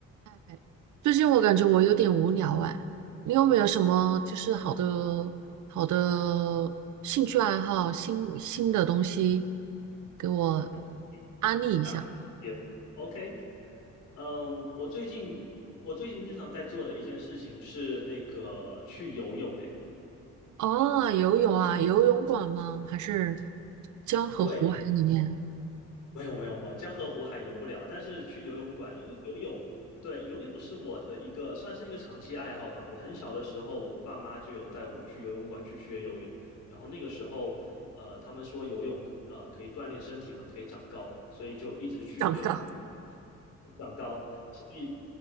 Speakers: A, on the right; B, on the left.
A: 哎最近我感觉我有点无聊哎，你有没有什么就是好的好的兴趣爱好、新新的东西给我
B: 那
A: 安利一下？
B: 大些。OK，嗯，我最近我最近经常在做的一件事情是那个去游泳，哎，
A: 哦，游泳啊，游泳馆吗？还是江河湖海里面？
B: 对，<laughs> 没有没有没有，江河湖海游不了，但是去游泳馆，因为游泳，对，游泳是我的一个算是一个长期爱好吧。我很小的时候，我爸妈就有带我去游泳馆去学游泳，然后那个时候，呃，他们说游泳呃可以锻炼身体嘛，可以长高，所以就一直去游。
A: 长岗。
B: 长高，所以